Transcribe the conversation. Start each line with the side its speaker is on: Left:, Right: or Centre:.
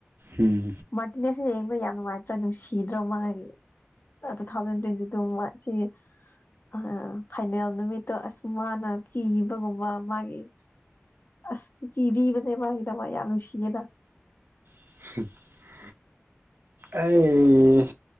Right: ꯎꯝ
Left: ꯃꯥꯔꯇꯤꯅꯦꯁꯁꯦ ꯌꯦꯡꯕ ꯌꯥꯝ ꯅꯨꯡꯉꯥꯏꯇ꯭ꯔꯥ ꯅꯨꯡꯁꯤꯗ꯭ꯔꯥ ꯃꯥꯒꯤ ꯇꯨꯊꯥꯎꯖꯟ ꯇ꯭ꯋꯦꯟꯇꯤꯇꯨ ꯃꯥꯠꯆꯀꯤ ꯑ ꯐꯥꯏꯅꯦꯜ ꯅꯨꯃꯤꯠꯇꯣ ꯑꯁ ꯃꯥꯅ ꯀꯤꯕꯒꯨꯝꯕ ꯃꯥꯒꯤ ꯑꯁ ꯀꯤꯕꯤꯕꯅꯦ ꯃꯥꯒꯤꯗꯃꯛ ꯌꯥꯝ ꯅꯨꯡꯁꯤꯌꯦꯗ
Right: <unintelligible> ꯑꯩ